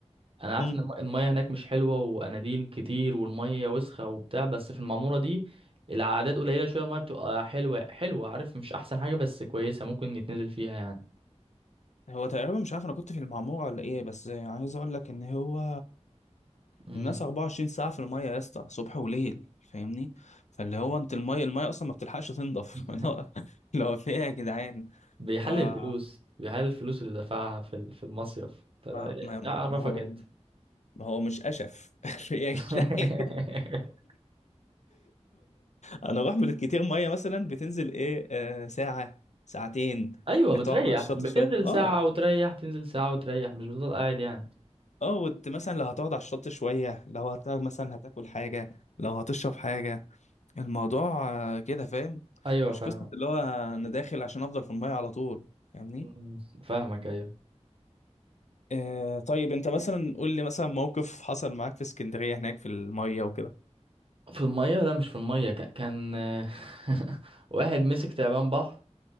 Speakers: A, on the right; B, on the left.
A: انا عارف
B: مم.
A: ان الم- المية هناك مش حلوة واناديل كتير والمية وسخة وبتاع بس في المعمورة دي العادات قليلة شوية المية بتبقى حلوة حلوة عارف مش احسن حاجة بس كويسة ممكن يتنزل فيها يعني
B: هو تقريبا مش عارف انا كنت في المعموره ولا ايه بس عايز اقول لك ان هو
A: مم.
B: الناس 24 ساعه في الميه يا اسطى صبح وليل فاهمني فاللي هو انت الميه الميه اصلا ما بتلحقش تنضف
A: <laughs>
B: <laughs> اللي هو اللي هو في ايه يا جدعان
A: بيحلل
B: ف ما
A: الفلوس بيحلل الفلوس اللي دفعها في ال- في المصيف ف-
B: ما ما
A: اعرفك
B: هو
A: انت
B: ما هو مش أشف <laughs> يا
A: <laughs>
B: جدعان. أنا أروح بالكتير مية مثلا بتنزل إيه آه ساعة ساعتين
A: ايوه
B: آه،
A: بتريح
B: تقعد على الشط
A: بتنزل
B: شوية أه
A: ساعة وتريح تنزل ساعة وتريح مش بتفضل قاعد يعني
B: أه وت- مثلا لو هتقعد على الشط شوية لو هت مثلا هتاكل حاجة لو هتشرب حاجة الموضوع آه، كده فاهم
A: ايوه
B: مش
A: فاهم
B: قصة اللي هو أنا داخل عشان أفضل في المية على طول فاهمني
A: مم، فاهمك ايوه
B: آه طيب أنت مثلا قول لي مثلا موقف حصل معاك في اسكندرية هناك في المية وكده
A: في المية لا مش في المية ك- كان <laughs> واحد مسك تعبان بحر